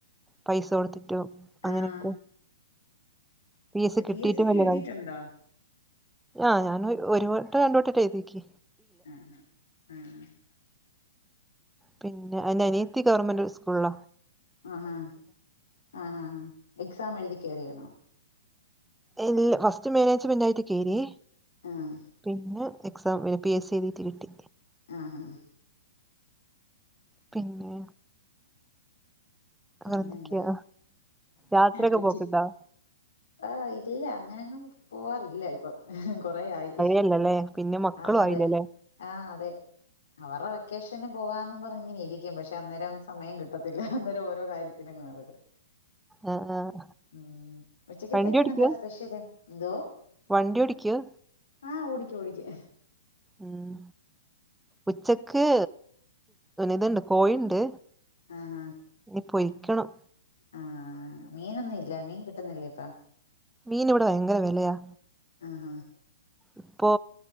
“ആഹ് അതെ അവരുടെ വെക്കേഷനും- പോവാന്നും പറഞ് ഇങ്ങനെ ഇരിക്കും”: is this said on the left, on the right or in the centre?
Left